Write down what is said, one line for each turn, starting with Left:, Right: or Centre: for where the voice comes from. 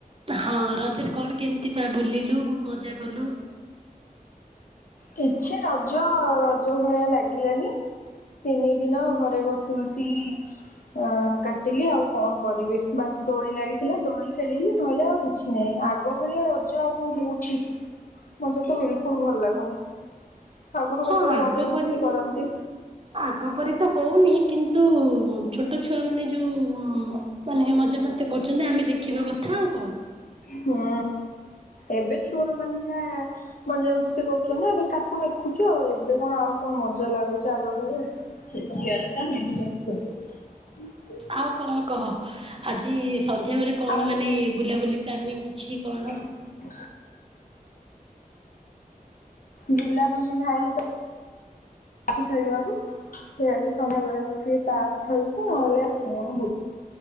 Right: ହଁ ରଜରେ କଣ କେମିତି ପା ବୁଲିଲୁ ମଜା କଲୁ?
Left: କିଛି ରଜ ରଜ ଭଳିଆ ଲାଗିଲାନି ତିନି ଦିନ ଘରେ ବସି ବସି ଅ କାଟିଲି ଆଉ କଣ କରିବି ବାସ ଦୋଳି ଲାଗିଥିଲା ଦୋଳି ଖେଳିଲି ନହେଲେ ଆଉ କିଛି ନାଇଁ ଆଗ ଭଳିଆ ରଜ ଆଉ କଣ ହଉଛି ମତେ ତ ବିଲକୁଲ ଭଲ ଲାଗୁନି। ଆଗରୁ
Right: ହଁ
Left: କେତେକ
Right: ଆଗ
Left: ମଜାମସ୍ତି
Right: ପରି
Left: କରନ୍ତି।
Right: ଆଗପରି ତ ହଉନି କିନ୍ତୁ ଛୋଟ ଛୁଆମାନେ ଯୋଉ ମାନେ ମଜା ମସ୍ତି କରୁଛନ୍ତି ଆମେ ଦେଖିବା କଥା ଆଉ କଣ
Left: ହୁଁ ଏବେ ଛୁଆ ମାନେ ଯାହା ମଜା ମସ୍ତି କରୁଛନ୍ତି ଆମେ ତାକୁ ଦେଖୁଛୁ। ଆଉ ଏବେ କଣ ଆଉ କଣ ମଜା ଲାଗୁଛି ଆଗ ଭଳିଆ। ସେ ଜିଇର ଟା ମେ ବି <inaudible>
Right: ଆଉ କଣ କହ। ଆଜି ସନ୍ଧ୍ୟା ବେଳେ କଣ
Left: ଆଉ
Right: ମାନେ ବୁଲାବୁଲି ପ୍ଲାନିଂ କିଛି କଣ?
Left: <inaudible> ବୁଲା ବୁଲି ନାହିଁ ତ ଖେଳିବାକୁ। ସେଇୟଆକୁ ସନ୍ଧ୍ୟା ବେଳେ ବସିକି ତାସ ଖେଳୁଛି ନହେଲେ ଆଉ କଣ ବୁ